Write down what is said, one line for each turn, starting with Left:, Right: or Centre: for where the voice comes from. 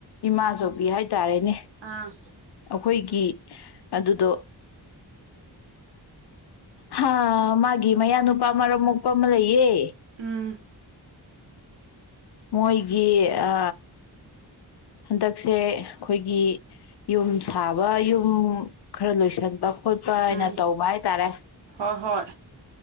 Left: ꯏꯃꯥꯆꯧꯕꯤ ꯍꯥꯏꯇꯥꯔꯦꯅꯦ
Right: ꯑꯥ
Left: ꯑꯩꯈꯣꯏꯒꯤ ꯒꯤ ꯑꯗꯨꯗꯣ ꯍꯥ ꯃꯥꯒꯤ ꯃꯌꯥꯅꯨꯄꯥ ꯃꯔꯝ ꯃꯣꯛꯄ ꯑꯃ ꯂꯩꯌꯦ
Right: ꯎꯝ
Left: ꯃꯣꯏꯒꯤ ꯑ ꯍꯟꯗꯛꯁꯦ ꯑꯩꯈꯣꯏꯒꯤ ꯌꯨꯝ ꯁꯥꯕ ꯌꯨꯝ ꯈꯔ ꯂꯣꯏꯁꯟ ꯕ ꯈꯣꯠꯄ ꯍꯥꯏꯅ
Right: ꯎꯝ
Left: ꯇꯧꯕ ꯍꯥꯏꯇꯥꯔꯦ
Right: ꯍꯣꯏ ꯍꯣꯏ